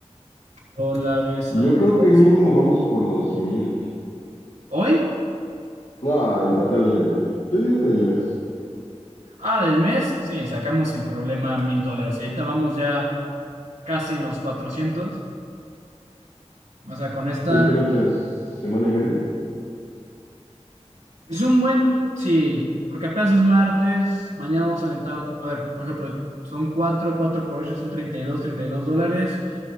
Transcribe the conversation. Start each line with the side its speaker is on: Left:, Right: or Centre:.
Right: dólares
Left: Y
Right: a
Left: Yo
Right: pesos.
Left: creo que mínimo vamos por los mil.
Right: ¿Hoy?
Left: No, en total, en el, yo digo que en el mes.
Right: Ah, del mes. Sí, sacamos sin problema mil dólares. Y ahorita vamos ya casi en los 400. O sea, con esta
Left: Sí, ¿qué le echas? ¿Semana y media?
Right: Es un buen, sí, porque apenas es martes, mañana vamos a aventar, a ver, por ejemplo, son 4 4 por 8 son treinta treinta y dos treinta y dos dólares,